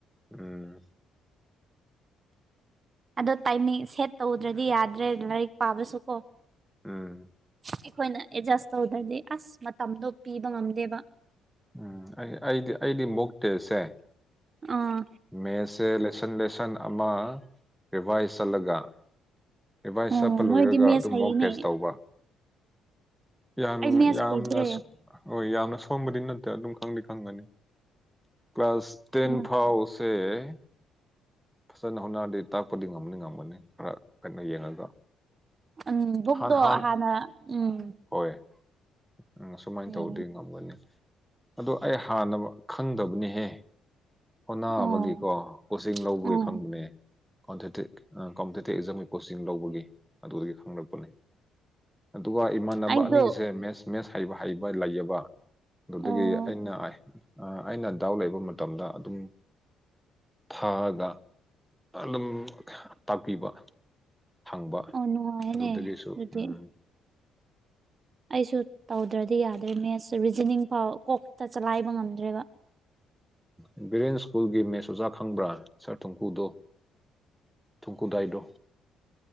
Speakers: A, in the centre; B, on the right.
A: ꯎꯝ
B: ꯑꯗꯣ ꯇꯥꯏꯃꯤꯡ ꯁꯦꯠ ꯇꯧꯗ꯭ꯔꯗꯤ ꯌꯥꯗ꯭ꯔꯦ ꯂꯥꯏꯔꯤꯛ ꯄꯥꯕꯁꯨ ꯀꯣ
A: ꯎꯝ
B: ꯑꯩꯈꯣꯏꯅ ꯑꯦꯗꯖꯁ ꯇꯧꯗ꯭ꯔꯗꯤ ꯑꯁ ꯃꯇꯝꯗꯣ ꯄꯤꯕ ꯉꯝꯗꯦꯕ
A: ꯎꯝ ꯑꯩ ꯑꯩꯗꯤ ꯑꯩꯗꯤ ꯃꯣꯛꯇꯦꯁꯦ
B: ꯑꯥ
A: ꯃꯦꯁꯁꯦ ꯂꯦꯁꯟ ꯂꯦꯁꯟ ꯑꯃ ꯔꯤꯚꯥꯏꯁ ꯆꯠꯂꯒ ꯔꯤꯚꯥꯏꯁ
B: ꯑꯣ
A: ꯆꯠꯄ ꯂꯣꯏꯔꯒ
B: ꯅꯣꯏꯗꯤ ꯃꯦꯁ
A: ꯑꯗꯨꯝ
B: ꯍꯩꯅꯦ
A: ꯃꯣꯛ ꯇꯦꯁ ꯇꯧꯕ ꯌꯥꯝ
B: ꯑꯩ ꯃꯦꯠꯁ
A: ꯌꯥꯝꯅ
B: ꯍꯩꯇ꯭ꯔꯦ
A: ꯍꯣꯏ ꯌꯥꯝꯅ ꯁꯣꯟꯕꯗꯤ ꯅꯠꯇꯦ ꯑꯗꯨꯝ ꯈꯪꯗꯤ ꯈꯪꯒꯅꯤ ꯀ꯭ꯂꯥꯁ ꯇꯦꯟ
B: ꯎꯝ
A: ꯐꯥꯎꯁ ꯑꯦ ꯐꯖꯅ ꯍꯣꯠꯅꯔꯗꯤ ꯇꯥꯛꯄꯗꯤ ꯉꯝꯅꯤ ꯉꯝꯒꯅꯤ ꯈꯔ ꯀꯩꯅꯣ ꯌꯦꯡꯉꯒ
B: ꯎꯝ ꯕꯨꯛꯇꯣ
A: ꯍꯥꯟ ꯍꯥꯟ
B: ꯍꯥꯟꯅ ꯎꯝ
A: ꯍꯣꯏ ꯎꯝ ꯁꯨꯃꯥꯏꯅ
B: ꯌꯦꯡꯉꯦ
A: ꯇꯧꯔꯗꯤ ꯉꯝꯒꯅꯤ ꯑꯗꯣ ꯑꯩ ꯍꯥꯟꯅ ꯈꯪꯗꯕꯅꯦꯍꯦ ꯍꯣꯅꯥꯕꯒꯤꯀꯣ
B: ꯑꯣ
A: ꯀꯣꯆꯤꯡ ꯂꯧꯕꯒꯤ
B: ꯑꯣ
A: ꯈꯪꯕꯅꯦ ꯀꯥꯎꯟꯇꯦꯇꯤꯛ ꯀꯥꯎꯟꯇꯦꯇꯤꯚ ꯑꯦꯛꯖꯝꯒꯤ ꯀꯣꯆꯤꯡ ꯂꯧꯕꯒꯤ ꯑꯗꯨꯗꯒꯤ ꯈꯪꯂꯛꯄꯅꯤ ꯑꯗꯨꯒ ꯏꯃꯥꯟꯅꯕ
B: ꯑꯩꯗꯣ
A: ꯑꯅꯤꯁꯦ ꯃꯦꯁ ꯃꯦꯁ ꯍꯩꯕ ꯍꯩꯕ ꯂꯩꯌꯦꯕ ꯑꯗꯨꯗꯒꯤ
B: ꯑꯣ
A: ꯑꯩꯅ ꯑꯥꯏ ꯑꯩꯅ ꯗꯥꯎꯠ ꯂꯩꯕ ꯃꯇꯝꯗ ꯑꯗꯨꯝ ꯊꯛꯑꯒ ꯑꯗꯨꯝ ꯇꯥꯛꯄꯤꯕ ꯍꯪꯕ
B: ꯑꯣ ꯅꯨꯡꯉꯥꯏꯅꯦ
A: ꯑꯗꯨꯗꯒꯤꯁꯨ
B: ꯑꯗꯨꯗꯤ
A: ꯎꯝ
B: ꯑꯩꯁꯨ ꯇꯧꯗ꯭ꯔꯗꯤ ꯌꯥꯗ꯭ꯔꯦ ꯃꯦꯁꯁꯦ ꯔꯤꯖꯅꯤꯡ ꯐꯥꯎ ꯀꯣꯛꯇ ꯆꯂꯥꯏꯕ ꯉꯝꯗ꯭ꯔꯦꯕ
A: ꯎꯝ ꯕ꯭ꯔꯤꯂꯦꯟꯁ ꯁ꯭ꯀꯨꯜꯒꯤ ꯃꯦꯁ ꯑꯣꯖꯥ ꯈꯪꯕ꯭ꯔꯥ ꯁꯥꯔ ꯊꯨꯡꯀꯨꯗꯣ ꯊꯨꯡꯀꯨꯗꯥꯏꯗꯣ